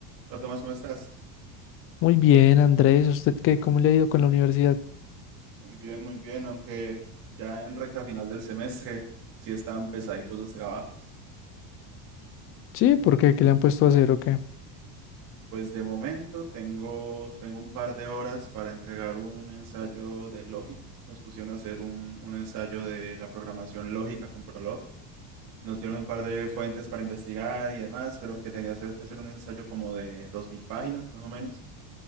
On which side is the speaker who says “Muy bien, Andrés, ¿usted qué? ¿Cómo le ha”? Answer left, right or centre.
Left